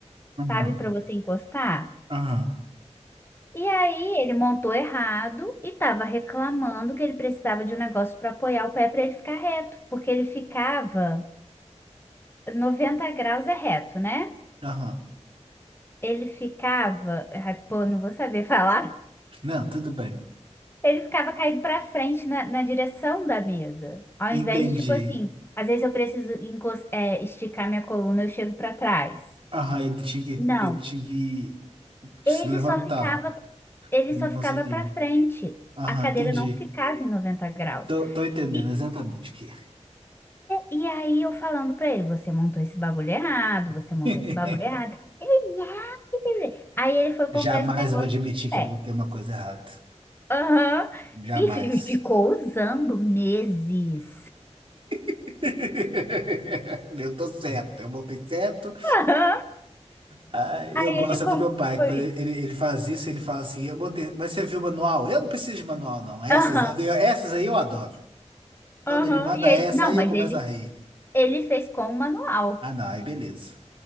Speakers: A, on the right; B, on the left.
A: aham,
B: sabe, para você encostar.
A: aham.
B: E aí ele montou errado e tava reclamando que ele precisava de um negócio para apoiar o pé para ele ficar reto, porque ele ficava 90 graus é reto, né?
A: Aham.
B: Ele ficava, ai, pô, não vou saber <laughs> falar.
A: Não, tudo bem.
B: Ele ficava caindo pra frente na, na direção da mesa. Ao
A: Entendi.
B: invés de, tipo assim, às vezes eu preciso encos- é, esticar minha coluna, eu chego pra trás.
A: Aham, ele tinha que,
B: Não,
A: ele tinha que se
B: ele
A: levantar.
B: só ficava, ele
A: Ele
B: só
A: não
B: ficava
A: conseguia.
B: para frente.
A: Aham,
B: A cadeira
A: entendi.
B: não ficava em 90 graus.
A: Tô, tô entendendo
B: E,
A: exatamente o que é.
B: e aí eu falando pra ele, você montou esse bagulho errado, você
A: <laughs>
B: montou esse bagulho errado. Ele, não. Aí ele foi
A: Jamais
B: comprar esse negócio
A: eu vou admitir
B: do pé.
A: que eu botei uma coisa errada.
B: Aham.
A: Jamais.
B: E fi- ficou usando meses.
A: <laughs> Eu tô certo, eu botei certo.
B: Aham.
A: Ah, eu gosto
B: Ele como
A: é do meu pai. Quando
B: foi?
A: ele, ele ele faz isso, ele fala assim: eu botei, mas você viu o manual? Eu não preciso de manual, não. Essas,
B: Aham.
A: essas aí eu adoro. Quando
B: Aham.
A: ele manda
B: E ele,
A: essa,
B: Não,
A: aí
B: mas
A: eu começo
B: ele,
A: a rir.
B: ele fez com o manual.
A: Ah, não, aí beleza.